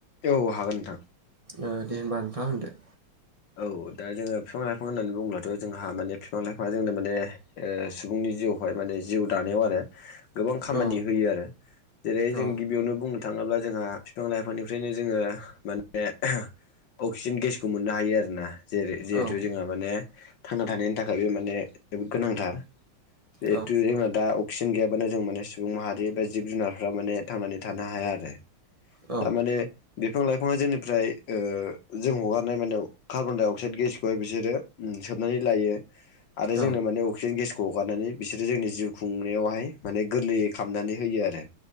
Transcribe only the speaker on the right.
ओ दे होनबा नोंथां होनदो
औ
औ
औ
औ
औ
औ